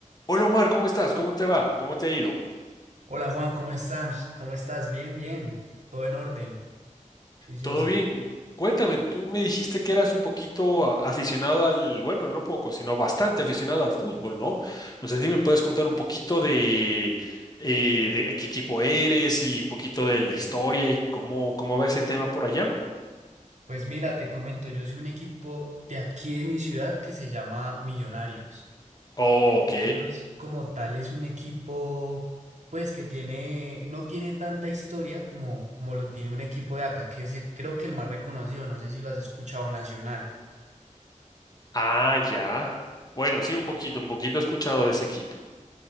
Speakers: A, on the left; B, on the right.
A: Hola Omar, ¿cómo estás? ¿Cómo te va? ¿Cómo te ha ido?
B: Hola Juan, ¿cómo estás? ¿Cómo estás? Bien, bien, todo en orden, juicioso.
A: ¿Todo bien? Cuéntame, tú me dijiste que eras un poquito a- aficionado al, bueno, no poco, sino bastante aficionado al fútbol, ¿no? No sé si me puedes contar un poquito de, eh, de qué equipo eres y un poquito de la historia y cómo, cómo va ese tema por allá.
B: Pues mira, te comento, yo soy un equipo de aquí de mi ciudad que se llama Millonarios.
A: Ok.
B: Millonarios como tal es un equipo, pues que tiene, no tiene tanta historia como, como lo tiene un equipo de acá, que es el- creo que el más reconocido, no sé si lo has escuchado, Nacional.
A: Ah, ya. Bueno, sí, un poquito, un poquito he escuchado de ese equipo.